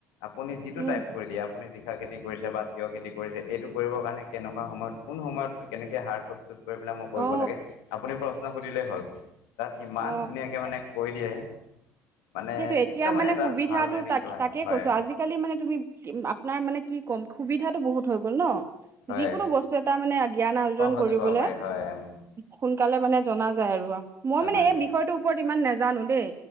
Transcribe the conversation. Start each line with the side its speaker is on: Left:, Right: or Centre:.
Left: আপুনি যিটো
Right: উম
Left: টাইপ কৰি দিয়ে আপুনি জিকা খেতি কৰিছে বা তিঁয়হ খেতি কৰিছে এইটো কৰিবৰ কাৰণে কেনেকুৱা সময়ত কোন সময়ত কেনেকৈ সাৰ প্ৰস্তুত কৰি পেলাই মই কৰিব
Right: অ
Left: লাগে আপুনি প্ৰশ্ন সুধিলেই হ'ল, তাত ইমান
Right: অ
Left: ধুনীয়াকে মানে কৈ দিয়ে মানে
Right: সেইটো এতিয়া
Left: একদম
Right: মানে
Left: এটাত
Right: সুবিধাটো
Left: ভাল ট্ৰেইনিং
Right: তাক
Left: লোৱা
Right: তাকে
Left: হয়।
Right: কৈছো আজিকালি মানে তুমি আপোনাৰ মানে কি কম সুবিধাটো বহুত হৈ গ'ল ন'।
Left: হয়
Right: যিকোনো বস্তু এটা মানে জ্ঞান আৰ্জন
Left: সহজে
Right: কৰিবলৈ
Left: পাব পাৰি হয় উম,
Right: সোনকালে মানে জনা যায় আৰু, মই
Left: জনা
Right: মানে
Left: যায়
Right: এই বিষয়টোৰ ওপৰত ইমান নাজানো দেই